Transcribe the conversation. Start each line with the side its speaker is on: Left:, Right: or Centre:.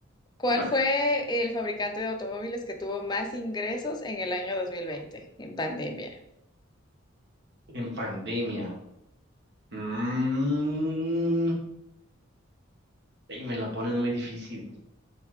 Left: ¿Cuál
Right: va,
Left: fue el fabricante de automóviles que tuvo más ingresos en el año 2020, en pandemia?
Right: en pandemia. Mm, y me la pones muy difícil.